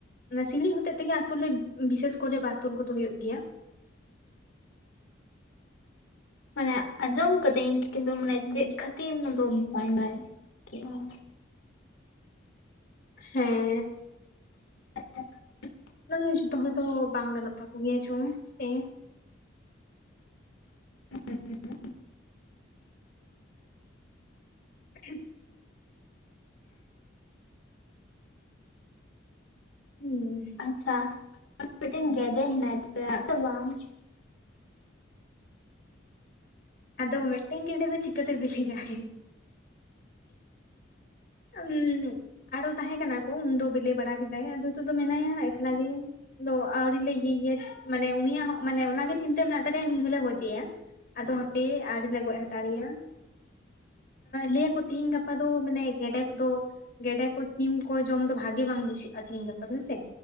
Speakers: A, on the left; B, on the left.
A: ᱚᱱᱟ ᱥᱤᱲᱤᱡ ᱦᱚᱛᱮᱡ ᱛᱮᱜᱮ ᱟᱥᱚᱞᱮ ᱵᱤᱥᱮᱥ ᱠᱚᱨᱮ ᱵᱟᱛᱚᱞ ᱠᱚᱫᱚ ᱦᱩᱭᱩᱜ ᱜᱮᱭᱟ᱾
B: ᱢᱟᱱᱮ ᱟᱸᱡᱚᱢ ᱠᱟᱹᱫᱟᱹᱧ ᱠᱤᱱᱛᱩ ᱢᱟᱱᱮ
A: ᱦᱩᱸ
B: ᱪᱮᱫ ᱠᱷᱟᱹᱛᱤᱨ ᱚᱱᱟ ᱫᱚ ᱵᱟᱧ ᱵᱟᱲᱟᱭᱟ᱾ <unintelligible>
A: ᱦᱮᱸ ᱾
B: <unintelligible>
A: ᱚᱱᱟ ᱜᱮ ᱡᱚᱛᱚ ᱦᱚᱲ ᱫᱚ ᱵᱟᱝ ᱜᱟᱱᱚᱜ ᱛᱟᱠᱚ ᱜᱮᱭᱟ ᱪᱚᱝ <unintelligible> ᱥᱮ,
B: <unintelligible>
A: <unintelligible> ᱦᱩᱸ
B: ᱟᱪᱪᱷᱟ ᱢᱤᱫᱴᱮᱱ ᱜᱮᱸᱰᱮ ᱦᱮᱱᱟᱭ ᱛᱟᱯᱮᱭᱟ ᱟᱫᱚ ᱵᱟᱝ ᱾
A: ᱟᱫᱚ ᱢᱤᱫᱴᱮᱱ ᱜᱮᱸᱰᱮ ᱫᱚ ᱪᱤᱠᱟᱹᱛᱮ ᱵᱤᱞᱤᱭᱟᱭ? <unintelligible> ᱟᱨᱚ ᱛᱟᱦᱮᱸ ᱠᱟᱱᱟ ᱠᱚ ᱩᱱ ᱫᱚ ᱵᱤᱞᱤ ᱵᱟᱲᱟ ᱠᱮᱫᱟᱭ ᱟᱫᱚ ᱱᱤᱛᱚᱜ ᱫᱚ ᱢᱮᱱᱟᱭᱟ ᱮᱠᱞᱟ ᱜᱮ᱾ ᱟᱫᱚ ᱟᱣᱨᱤ ᱞᱮ ᱤᱭᱟᱹᱭᱭᱟ ᱢᱟᱱᱮ ᱩᱱᱤᱭᱟᱜ ᱦᱚᱸ ᱢᱟᱱᱮ ᱚᱱᱟᱜᱮ ᱪᱤᱱᱛᱟᱹ ᱢᱮᱱᱟᱜ ᱛᱟᱞᱮᱭᱟ ᱱᱩᱭ ᱦᱚᱸᱞᱮ ᱜᱚᱡᱮᱭᱟ ᱾ ᱟᱫᱚ ᱦᱟᱯᱮ ᱟᱣᱨᱤ ᱞᱮ ᱜᱚᱡ ᱦᱟᱛᱟᱲᱮᱭᱟ᱾ ᱞᱟᱹᱭ ᱟᱠᱚ ᱛᱮᱦᱤᱧ ᱜᱟᱯᱟ ᱫᱚ ᱢᱟᱱᱮ ᱜᱮᱰᱮ ᱠᱚᱫᱚ ᱜᱮᱰᱮ ᱠᱚ ᱥᱤᱢ ᱠᱚ ᱡᱚᱢ ᱫᱚ ᱵᱷᱟᱜᱤ ᱵᱟᱝ ᱵᱩᱡᱷᱟᱹᱜᱼᱟ ᱛᱤᱦᱤᱧ ᱜᱟᱯᱟ ᱫᱚ ᱦᱮᱸᱥᱮ,